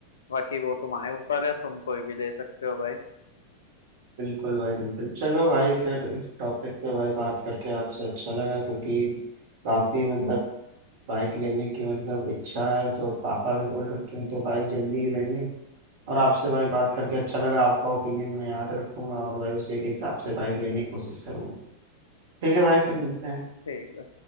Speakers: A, on the left (about 65°); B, on the right (about 55°).
A: बाकी वो तुम्हारे ऊपर है तुम कोई भी ले सकते हो भाई
B: बिल्कुल भाई बिल्कुल चलो भाई फिर इस टॉपिक पे भाई बात करके आपसे अच्छा लगा क्योंकि काफी मतलब बाइक लेने की मतलब इच्छा है तो पापा भी बोल रखे हैं तो बाइक जल्दी ही लेंगे और आपसे भाई बात करके अच्छा लगा आपका ओपिनियन मैं याद रखूंगा और भाई उसी के हिसाब से बाइक लेने की कोशिश करूंगा ठीक है भाई फिर मिलते हैं
A: ठीक है